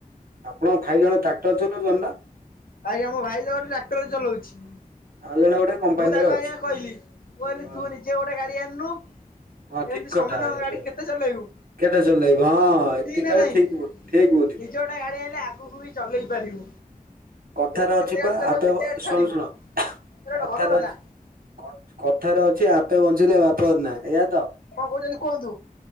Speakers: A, on the right (about 80°); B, on the left (about 80°).
A: ଆପଣଙ୍କ ଭାଇ ଜଣେ ଟ୍ରାକ୍ଟର ଚଲଉଛନ୍ତି ନା
B: ଆଜ୍ଞା ମୋ ଭାଇ ତ ଗୋଟେ ଟ୍ରାକ୍ଟର ଚଲଉଛି।
A: ଆଉ ଜଣେ ଗୋଟେ କମ୍ପାନୀରେ
B: ମୁଁ ତାକୁ
A: ଅଛି।
B: ଆଜ୍ଞା କହିଲି ମୁଁ କହିଲି
A: ହଁ
B: ତୁ ନିଜେ ଗୋଟେ ଗାଡି ଆଣନୁ।
A: ହଁ ଠିକ
B: ଏମିତି
A: କଥା
B: ସମସ୍ତଙ୍କ
A: ଏବେ
B: ଗାଡି କେତେ ଚଲେଇବୁ।
A: କେତେ ଚଲେଇବୁ ହଁ
B: ଠିକ
A: ଏତିକି
B: ନା
A: ବେଳେ
B: ନାଇଁ
A: ଠିକ ଵୁ ବୁଢ଼ି ଠିକ ବୁଦ୍ଧି
B: ନିଜେ ଗୋଟେ ଗାଡି ଆଣିଲେ ଆଗକୁ ବି ଚଲେଇ ପାରିବୁ
A: କଥାର
B: ଏମିତି କେତେ
A: ଅଛି
B: ଗାଡି
A: ପା
B: ଚଲେଇବୁ
A: ଆପେ
B: କେତେ ଗାଡି ଛାଡିବୁ
A: ଶୁଣ ଶୁଣ
B: ଏଇଟା
A: କଥାର
B: ଗୋଟେ ଭଲ କଥା
A: ଅଛି। କଥାରେ ଅଛି ଆପେ ବଞ୍ଚିଲେ ବାପର ନା ଏଇୟା ତ
B: କଣ କହୁଛନ୍ତି କୁହନ୍ତୁ।